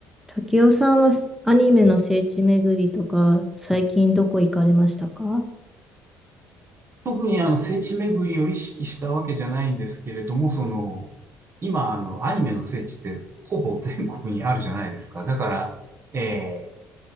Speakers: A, in the centre; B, on the right.
A: 竹雄さんはアニメの聖地巡りとか、最近どこ行かれましたか
B: 特にあの聖地巡りを意識したわけじゃないんですけれども、その、今あのアニメの聖地ってほぼ全国にあるじゃないですか。だから、えー